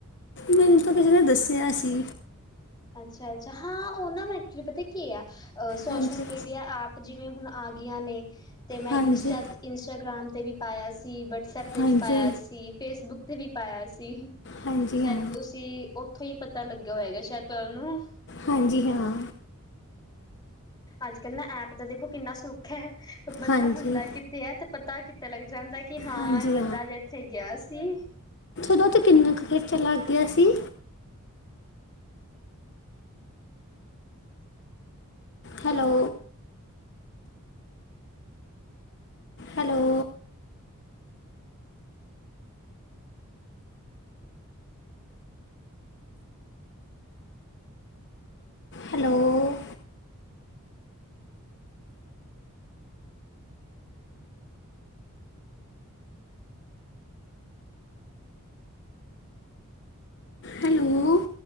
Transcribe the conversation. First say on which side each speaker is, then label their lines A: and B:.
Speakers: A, on the left; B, on the left.
A: ਮੈਨੂੰ ਤਾਂ ਕਿਸੇ ਨੇ ਦੱਸਿਆ ਸੀ।
B: ਅੱਛਾ, ਅੱਛਾ, ਹਾਂ ਉਹਨਾਂ ਮੈ ਐਕਚੁਲੀ ਪਤਾ ਕੀ ਆ ਸੋਸ਼ਲ
A: ਹਾਂਜੀ
B: ਮੀਡੀਆ ਐਪ ਜਿਵੇਂ ਹੁਣ ਆ ਗਿਆਂ ਨੇ ਤੇ ਮੈਂ
A: ਹਾਂਜੀ
B: ਇੰਸਟਾ ਇੰਸਟਾਗ੍ਰਾਮ ਤੇ ਵੀ ਪਾਇਆ ਸੀ ਵਟਸਪ ਤੇ
A: ਹਾਂਜੀ
B: ਵੀ ਪਾਇਆ ਸੀ, ਫੇਸਬੁੱਕ ਤੇ ਵੀ ਪਾਇਆ ਸੀ,
A: ਹਾਂਜੀ
B: ਸ਼ਾਇਦ
A: ਹਾਂ
B: ਤੁਸੀਂ ਉੱਥੋਂ ਹੀ ਪਤਾ ਲੱਗਿਆ ਹੋਏਗਾ ਸ਼ਾਇਦ ਤੁਹਾਨੂੰ
A: ਹਾਂਜੀ ਹਾਂ।
B: ਅੱਜ ਕੱਲ੍ਹ ਨਾ ਐਪ ਦਾ ਦੇਖੋ ਕਿੰਨਾ ਸੁੱਖ ਹੈ। ਬੰਦਾ
A: ਹਾਂਜੀ
B: ਹੁੰਦਾ ਕਿ ਅਤੇ ਇਹ ਤਾਂ ਪਤਾ ਕਿੱਤੇ ਲੱਗ ਜਾਂਦਾ, ਕਿ ਹਾਂ
A: ਹਾਂਜੀ
B: ਇਹ ਬੰਦਾ ਅੱਜੇ ਇੱਥੇ ਗਿਆ ਸੀ।
A: ਦੋ ਤੇ ਕਿੰਨਾ ਕੁ ਖਰਚਾ ਲੱਗ ਗਿਆ ਸੀ। ਹੈਲੋ। ਹੈਲੋ। Hello hello